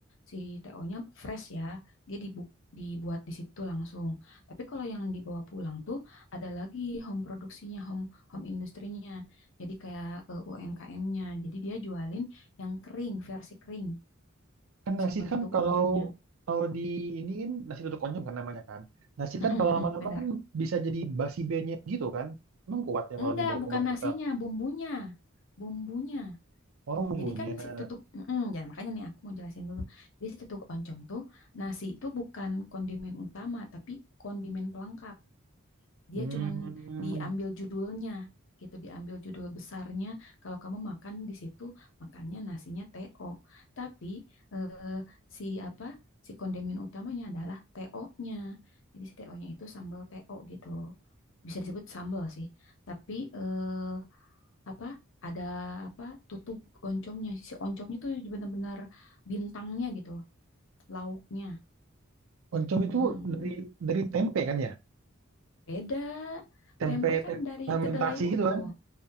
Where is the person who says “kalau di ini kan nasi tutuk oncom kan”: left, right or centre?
Right